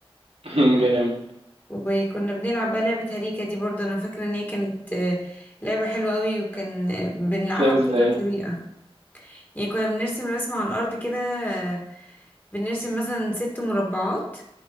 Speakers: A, on the right; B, on the left.
A: <laughs> جامد
B: وكنا بنلعب بقى لعبة هريكة دي برضه أنا فاكرة إن هي كانت آه، لعبة حلوة قوي وكان آه، بنلعبها
A: بتلعب
B: بكذا
A: ازاي
B: طريقة يعني كنا بنرسم رسمة على الأرض كده آه، بنرسم مثلا ست مربعات